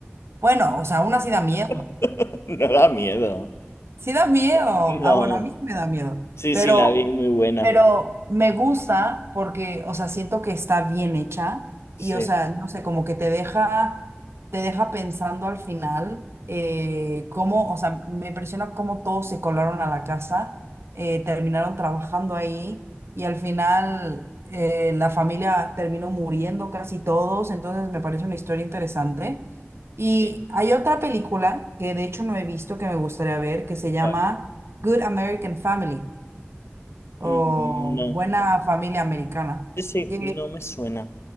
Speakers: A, on the right (about 75°); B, on the left (about 80°).
A: Bueno, o sea, aún así da miedo.
B: <laughs> no da miedo.
A: Sí da miedo.
B: No,
A: Ah, bueno, a mí sí me da miedo.
B: sí,
A: Pero
B: sí, la vi muy buena.
A: pero me gusta porque, o sea, siento que está bien hecha y,
B: Sí,
A: o sea, no sé, como que te deja, te deja pensando al final eh, cómo, o sea, me impresiona cómo todos se colaron a la casa, eh, terminaron trabajando ahí y al final eh, la familia terminó muriendo casi todos, entonces me parece una historia interesante. Y
B: sí,
A: hay otra película que de hecho no he visto que me gustaría ver que se llama
B: ¿cuál?
A: Good American Family. O
B: Mm, No,
A: Buena Familia Americana.
B: sí, sí,
A: que
B: no me suena.